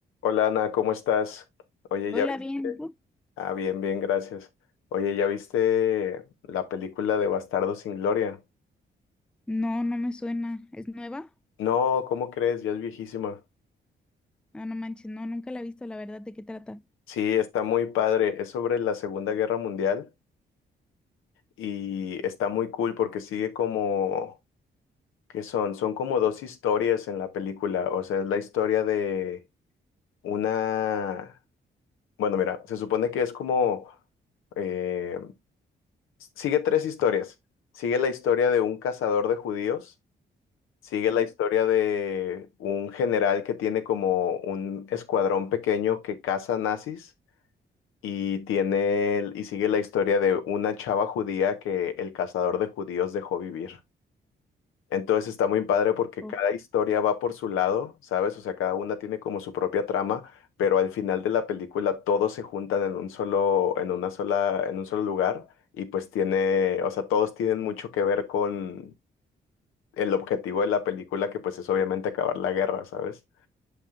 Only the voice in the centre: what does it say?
Hola,
bien, ¿tú?
No, no me suena. ¿Es nueva?
Ah, no manches, no, nunca la he visto, la verdad, ¿de qué trata?
Sí.
O-